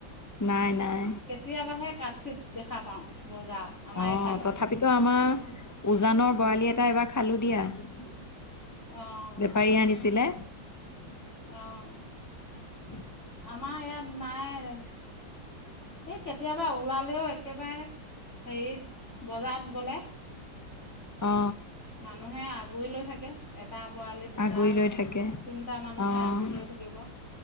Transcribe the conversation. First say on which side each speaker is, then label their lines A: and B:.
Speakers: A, on the left; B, on the left.
A: নাই নাই
B: কেতিয়াবাহে কাটছিত দেখা পাওঁ। বজাৰত আমাৰ
A: অ',
B: এইফালে
A: তথাপিতো আমাৰ উজানৰ বৰালি এটা এইবাৰ খালোঁ দিয়া। বেপাৰীয়ে
B: অঁ
A: আনিছিলে। <inaudible>
B: অঁ আমাৰ ইয়াত নাই কেতিয়াবা ওলালেও একেবাৰে হেৰিত, বজাৰত গ'লে
A: অঁ।
B: মানুহে আগুৰি লৈ থাকে। এটা বৰালি দুটা,
A: আগুৰি লৈ থাকে
B: তিনিটা মানুহে
A: অ',
B: আগুৰি লৈ থাকিব।